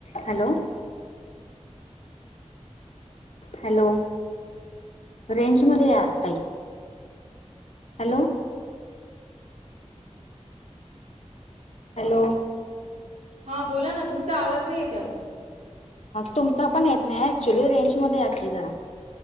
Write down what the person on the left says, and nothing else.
Hello hello range मध्ये या ताई हॅलो, हॅलो
तुमचा पण येत नाही ऍक्च्युली रेंजमध्ये या की जरा